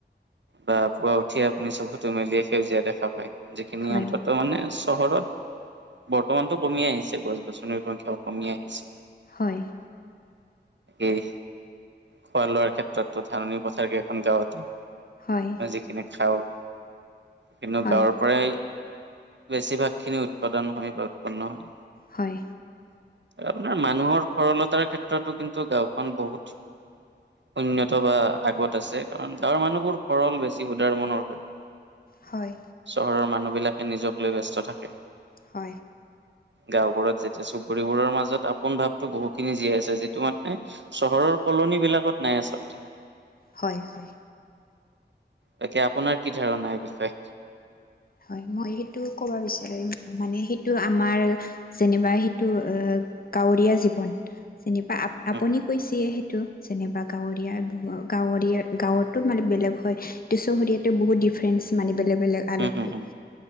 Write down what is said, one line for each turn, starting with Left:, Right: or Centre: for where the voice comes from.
Right: বা পুৱা উঠিয়ে আপুনি চকুতো মেলিয় সেউজীয়া দেখা পায় যিখিনি
Left: হয়
Right: অন্তত, তাৰ মানে চহৰত বৰ্তমানটো কমি আহিছে গছ গছনিৰ সংখ্যাও কমি আহিছে।
Left: হয়।
Right: এই, খোৱা লোৱাৰ ক্ষেত্ৰতো ধাননি পথাৰ কেই এখন গাঁৱত।
Left: হয়।
Right: যিখিনি খাওঁ কিন্তু
Left: হয়
Right: গাঁৱৰ পৰাই। বেছিভাগ খিনি উৎপাদন হয় বা উৎপন্ন হয়।
Left: হয়।
Right: আপোনাৰ মানুহৰ সৰলতাৰ ক্ষেত্ৰতো কিন্তু গাঁওখন বহুত, উন্নত বা আগত আছে কাৰণ গাঁৱৰ মানুহবোৰ সৰল বেছি উদাৰ মনৰ হয়। <inaudible>
Left: হয়।
Right: চহৰৰ মানুহবিলাকে নিজক লৈ ব্যস্ত থাকে।
Left: হয়।
Right: গাঁওবোৰত যেতিয়া চুবুৰীবোৰৰ মাজত আপোন ভাৱতো বহুতখিনি জীয়াই আছে যিটো মানে। চহৰৰ কলনী বিলাকত নাই আচলতে।
Left: হয় হয়।
Right: তাকে আপোনাৰ কি ধাৰণা এই বিষয়ে?
Left: হয় মই সেইটো ক'ব বিচাৰিম মানে সেইটো আমাৰ যেনিবা সেইটো কাৱৰীয়া জীৱন। যেনিবা আ
Right: হুম
Left: আপুনি
Right: হুম
Left: কৈছে সেইটো যেনিবা গাঁৱৰীয়া গাৱৰীয়া গাঁৱতো মানে বেলেগ হয় ত চহৰীয়াতো বহুত ডিফাৰেন্ঞ্চ মানে বেলেগ বেলেগ আলগ
Right: হুম হুম
Left: হয়।
Right: হুম